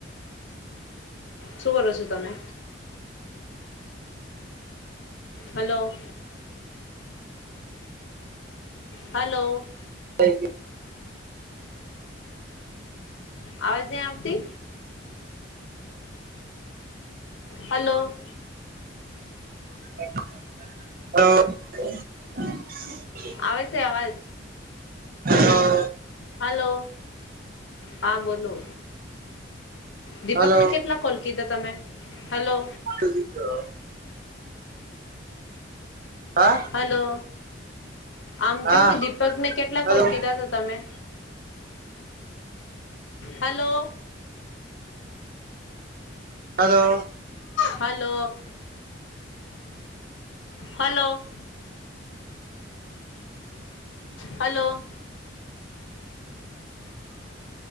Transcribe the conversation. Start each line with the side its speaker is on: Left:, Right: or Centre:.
Left: શું કરો છો તમે? હલો. હલો.
Right: <unintelligible>
Left: અવાજ નઈ આવતી. હલો.
Right: <unintelligible> <inaudible>
Left: આવે છે અવાજ.
Right: હલો
Left: હલો હા બોલો. દીપકને
Right: હલો
Left: કેટલા કોલ કીધા તમે. હેલો.
Right: <unintelligible> હા.
Left: હલો. આમ
Right: હા
Left: કેવું કે દીપક ને કેટલા
Right: હલો
Left: કોલ કીધા? તમે. Hello.
Right: Hello.
Left: Hello hello. Hello.